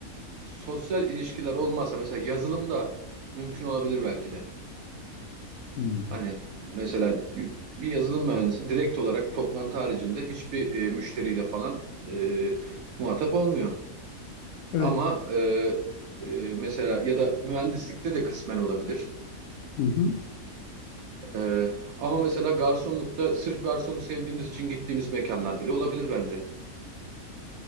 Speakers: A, on the right; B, on the left.
A: sosyal ilişkiler olmazsa mesela yazılımda mümkün olabilir belki de.
B: Hmm,
A: Hani mesela bir yazılım mühendisi direkt olarak toplantı haricinde hiçbir e, müşteriyle falan e, muhatap olmuyor.
B: evet.
A: Ama e, e, mesela ya da mühendislikte de kısmen olabilir.
B: Hı hı.
A: E, ama mesela garsonlukta sırf garsonu sevdiğimiz için gittiğimiz mekanlar bile olabilir bence.